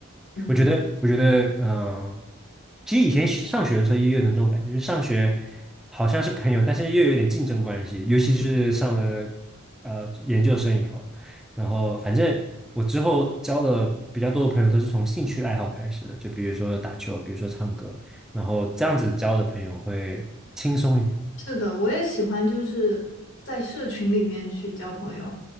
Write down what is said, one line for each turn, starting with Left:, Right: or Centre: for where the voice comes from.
Left: 嗯。
Centre: 我觉得，我觉得，嗯、其实以前上学的时候也有的这种感觉，就是上学好像是朋友，但是又有点竞争关系，尤其是上了呃研究生以后，然后反正我之后交的比较多的朋友都是从兴趣爱好开始的，就比如说打球，比如说唱歌，然后这样子交的朋友会轻松一点。
Left: 是的，我也喜欢，就是在社群里面去交朋友，